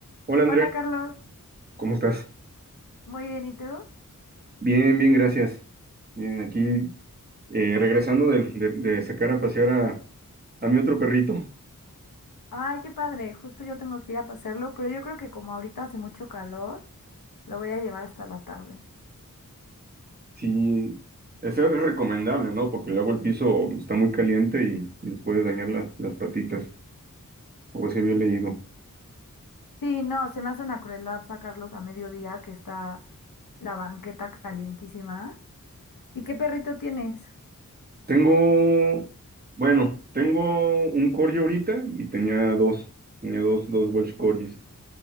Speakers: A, on the right; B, on the left.
A: Hola Andrea,
B: Hola Carlos,
A: ¿cómo estás?
B: muy bien, ¿y tú?
A: Bien, bien, gracias. Bien, aquí eh, regresando de, de- de sacar a pasear a, a mi otro perrito.
B: Ay, qué padre, justo yo tengo que ir a pasarlo, pero yo creo que como ahorita hace mucho calor, lo voy a llevar hasta la tarde.
A: Sí, eso es recomendable, ¿no? Porque luego el piso está muy caliente y, y les puede dañar las, las patitas, o así había leído.
B: Sí, no, se me hace una crueldad sacarlos a mediodía que está la banqueta calientísima. ¿Y qué perrito tienes?
A: Tengo, bueno, tengo un corgi ahorita y tenía dos, tenía dos, dos Welsh Corgis.